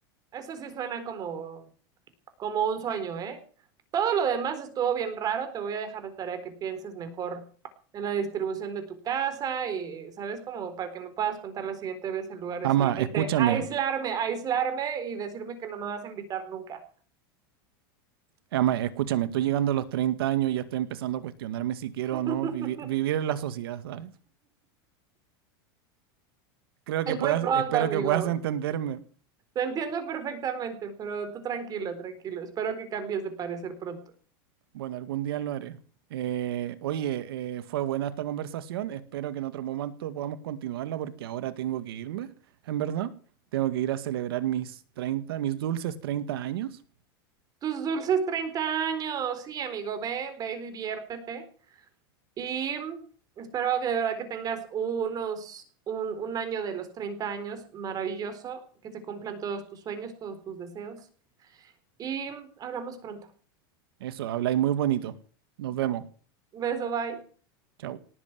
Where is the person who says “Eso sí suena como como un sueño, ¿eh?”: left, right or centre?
Right